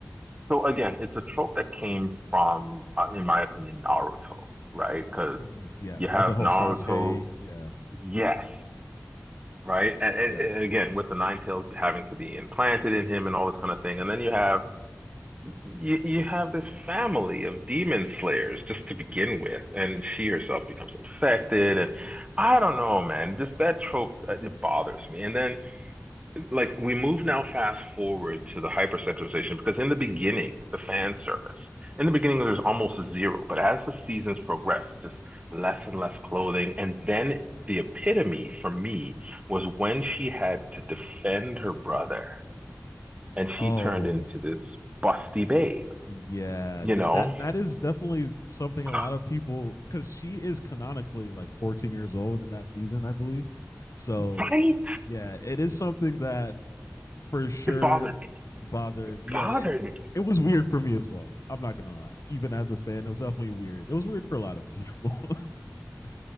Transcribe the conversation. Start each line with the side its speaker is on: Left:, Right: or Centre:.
Right: So again, it's a trope that came from, uh, in my opinion, Naruto, right? Because
Left: Mhm. yeah
Right: you
Left: with
Right: have
Left: the whole
Right: Naruto,
Left: sasuke yeah
Right: yes. right? And,
Left: yeah
Right: and, again, with the nine tails having to be implanted in him and all this kind of thing, and then you have you, you have this family of demon slayers just to begin with, and she herself becomes infected, and I don't know, man, just that trope uh, it bothers me. And then like we move now fast forward to the hypersexualization because in the beginning, the fan service, in the beginning there's almost zero, but as the seasons progress, it's just less and less clothing. And then the epitome for me was when she had to defend her brother and
Left: oh
Right: she turned into this busty babe,
Left: Yeah,
Right: you
Left: that
Right: know?
Left: that that is definitely something
Right: <gasps>
Left: a lot of people because she is canonically like 14 years old in that season, I believe. So
Right: Right?
Left: yeah, it is something that for sure
Right: It bothered me.
Left: bothered. Yeah,
Right: Bothered
Left: it,
Right: me.
Left: it was weird for me as well. I'm not gonna lie. Even as a fan, it was definitely weird. It was weird for a lot of people. <laughs>